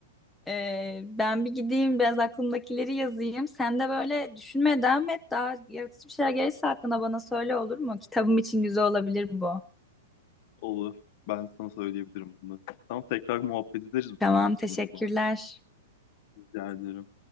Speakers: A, in the centre; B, on the left.
A: Ee, ben bir gideyim biraz aklımdakileri yazayım. Sen de böyle düşünmeye devam et. Daha yaratıcı bir şeyler gelirse hakkında bana söyle olur mu? Kitabım için güzel olabilir bu.
B: Olur. Ben sana söyleyebilirim bunu. Tamam tekrar muhabbet ederiz bu
A: Tamam,
B: konu hakkında
A: teşekkürler.
B: o zaman. Rica ederim.